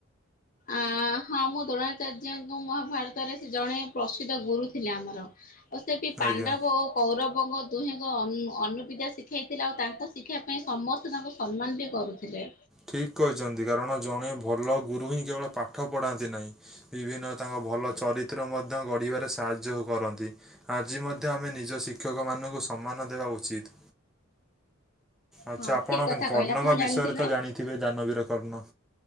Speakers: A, on the left; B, in the centre.
A: ଆ ହଁ ମୁଁ ଦ୍ରୋଣାଚାର୍ଯ୍ୟଙ୍କ ମହାଭାରତରେ ସେ ଜଣେ ପ୍ରସିଦ୍ଧ ଗୁରୁ ଥିଲେ ଆମର। ଓ ସେ ବି ପାଣ୍ଡବ
B: ଆଜ୍ଞା।
A: ଓ କୌରବଙ୍କ ଦୁହେଁଙ୍କ ଅନୁପିତା ଶି ଶିଖାଇଥିଲେ ଆଉ ତାଙ୍କ ଶିକ୍ଷା ପାଇଁ ସମସ୍ତେ ତାଙ୍କୁ ସମ୍ମାନ ବି କରୁଥିଲେ।
B: ଠିକ କହିଛନ୍ତି କାରଣ ଜଣେ ଭଲ ଗୁରୁ ହିଁ କେବଳ ପାଠ ପଢ଼ାନ୍ତି ନାହିଁ ବିଭିନ୍ନ ତାଙ୍କ ଭଲ ଚରିତ୍ର ମଧ୍ୟ ଗଢ଼ିବାରେ ସାହାଯ୍ୟ କରନ୍ତି। ଆଜି ମଧ୍ୟ ଆମେ ନିଜ ଶିକ୍ଷକମାନାନଙ୍କୁ ସମ୍ମାନ ଦେବା ଉଚିତ୍। ଆଚ୍ଛା
A: ହଁ
B: ଆପଣ
A: ଠିକ କଥା
B: କେମିତି କର୍ଣ୍ଣଙ୍କ
A: କହିଲେ ଆପଣ ଜାଣିଥିବେ
B: ବିଷୟରେ ତ ଜାଣିଥିବେ ଦାନବୀର କର୍ଣ୍ଣ।